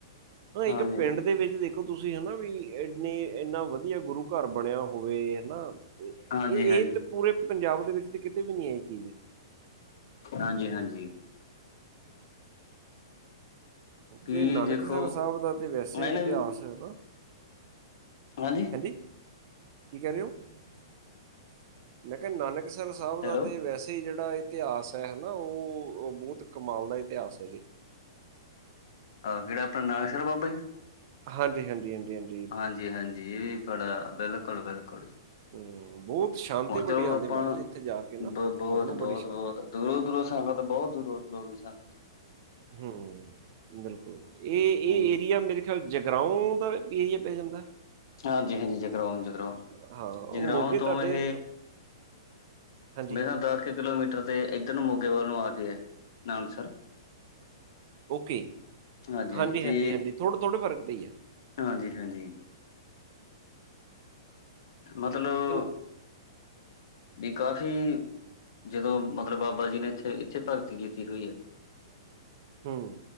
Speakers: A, on the right; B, on the left.
A: ਹਾਂ ਇੱਕ
B: ਹਾਂਜੀ
A: ਪਿੰਡ ਦੇ ਵਿੱਚ ਦੇਖੋ ਤੁਸੀਂ ਹੈਨਾ ਵੀ ਇਨੀ ਇੰਨਾ ਵਧੀਆ ਗੁਰੂ ਘਰ ਬਣਿਆ ਹੋਵੇ ਹੈਨਾ ਤੇ
B: ਹਾਂਜੀ-ਹਾਂਜੀ।
A: ਇਹ, ਇਹ ਤੇ ਪੂਰੇ ਪੰਜਾਬ ਦੇ ਵਿੱਚ ਤਾਂ ਕਿਤੇ ਵੀ ਨਹੀਂ ਐ ਇਹ ਚੀਜ਼
B: <inaudible> ਹਾਂਜੀ-ਹਾਂਜੀ।
A: <inaudible>
B: ਕੀ
A: ਤੇ ਨਾਨਕਸਰ
B: ਦੇਖੋ
A: ਸਾਹਿਬ ਦਾ ਤੇ ਵੈਸੇ
B: ਐ ਨਾ
A: ਇਤਿਹਾਸ
B: ਵੀ
A: ਹੈਨਾ
B: ਹਾਜੀ
A: ਹਾਂਜੀ <inaudible> ਕੀ ਕਹਿ ਰਹੇ ਓ <inaudible> ਮੈਂ ਕਿਹਾ ਨਾਨਕ ਅੰਮ੍ਰਿਤ ਸਾਹਬ
B: ਹੈਲੋ
A: ਦਾ ਤੇ ਵੈਸੇ ਈ ਜਿਹੜਾ ਇਤਿਹਾਸ ਹੈ ਨਾ ਉਹ ਬਹੁਤ ਕਮਾਲ ਦਾ ਇਤਿਹਾਸ ਐ ਜੀ।
B: ਆਹ ਜਿਹੜਾ ਆਪਣਾ ਨਾਨਕਸਰ ਬਾਬਾ ਜੀ ਦਾ
A: ਹਾਂਜੀ-ਹਾਂਜੀ-ਹਾਂਜੀ-ਹਾਂਜੀ,
B: ਹਾਂਜੀ-ਹਾਂਜੀ, ਪੜਾ ਬਿਲਕੁਲ-ਬਿਲਕੁਲ
A: ਹਮ, ਬਹੁਤ ਸ਼ਾਂਤੀ ਬੜੀ
B: ਚਲੋ
A: ਆਉਂਦੀ
B: ਆਪਾਂ,
A: ਮਹਾਰਾਜ ਇੱਥੇ ਜਾ ਕੇ ਨਾ
B: ਬ ਬੋਤ-ਬੋਤ-ਬੋਤ
A: ਮਨ ਨੂੰ ਬੜੀ ਸ਼ਾਂਤੀ
B: ਦੂਰੋਂ-ਦੂਰੋਂ ਸੰਗਤ ਬੋਤ ਦੂਰੋਂ ਦੂਰੋਂ ਉਨਦੀ ਸੰਗਤ
A: ਹੂੰ ਬਿਲਕੁਲ ਇਹ
B: ਹਾਂਜੀ
A: ਇਹ ਏਰੀਆ ਮੇਰੇ ਅੱਜ ਕੱਲ ਜਗਰਾਓ ਦਾ ਏਰੀਆ ਪੈ ਜਾਂਦਾ
B: ਹਾਂਜੀ-ਹਾਂਜੀ ਜਗਰਾਓ-ਜਗਰਾਓ,
A: ਹਾਂ,
B: ਜਗਰਾਓ
A: ਮੋਗੇ
B: ਤੋਂ
A: ਤੁਹਾਡੇ
B: ਇਹ
A: ਹਾਂਜੀ,
B: ਮੈਂ ਕਿ ਦਸ ਕੁ ਕਿਲੋਮੀਟ ਟਰ ਤੇ ਇੱਧਰ ਨੂੰ ਮੋਗੇ ਵੱਲ ਨੂੰ ਆਜੇ ਏ, ਨਾਨਕਸਰ
A: ਓਕੇ,
B: ਹਾਂਜੀ-ਹਾਂਜੀ
A: ਹਾਂਜੀ-ਹਾਂਜੀ-ਹਾਂਜੀ
B: ਤੇ
A: ਥੋੜ੍ਹੇ-ਥੋੜ੍ਹੇ ਫਰਕ ਤੇ ਈ ਆ
B: ਹਾਂਜੀ-ਹਾਂਜੀ। ਮਤਲਬ
A: ਅਮ,
B: ਵੀ ਕਾਫ਼ੀ, ਜਦੋਂ ਮਤਲਬ ਬਾਬਾ ਜੀ ਨੇ ਇੱਥੇ-ਇੱਥੇ ਭਗਤੀ ਕੀਤੀ ਹੋਈ ਆ‌। <inaudible>
A: ਹੂੰ,